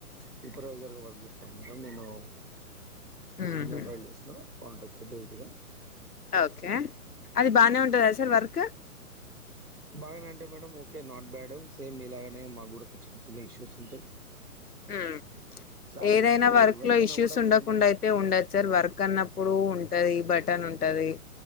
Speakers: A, on the right; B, on the left.
A: సూపర్వైజర్ గా వర్క్ చేస్తాను మేడం నేను
B: హుహు.
A: ఇన్నెందలుస్త కొ బజగా <inaudible>
B: ఆ ఓకే అది బానే ఉంటందా సార్ వర్క్
A: బాగానే అంటే madam okay not bad same ఇలాగనే మాకు కూడా చిన్న చిన్న ఇష్యూస్ ఉంటాయి
B: ఉమ్
A: శాలరీ
B: ఏదైనా
A: అనేది
B: వర్క్
A: ఎవరికైనా
B: లో ఇష్యూస్
A: కూడా
B: ఉండకుండా
A: మినిమం
B: అయితే ఉండదు సార్ వర్క్ అన్నప్పుడు ఉండ ఉంటది బటన్ ఉంటది